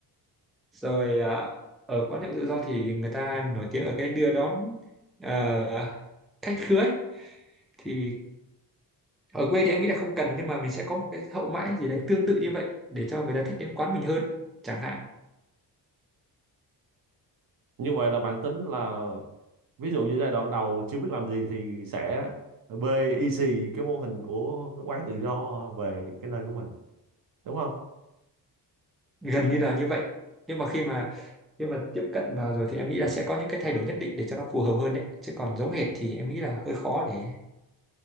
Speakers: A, in the centre; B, on the right (about 55°).
A: rồi à, ở quán nhậu tự do thì người ta nổi tiếng ở cái đưa đón ờ, khách khứa ấy. thì ở quê thì em nghĩ là không cần nhưng mà mình sẽ có một cái hậu mãi gì đấy tương tự như vậy để cho người ta thích đến quán mình hơn chẳng hạn
B: như vậy là bạn tính là ví dụ như giai đoạn đầu chưa biết làm gì thì sẽ bê y xì cái mô hình của cái quán tự do về cái nơi của mình đúng không
A: gần như là như vậy nhưng mà khi mà khi mà tiếp cận vào rồi thì em nghĩ là sẽ có những cái thay đổi nhất định để cho nó phù hợp hơn đấy chứ còn giống hệt thì em nghĩ là hơi khó để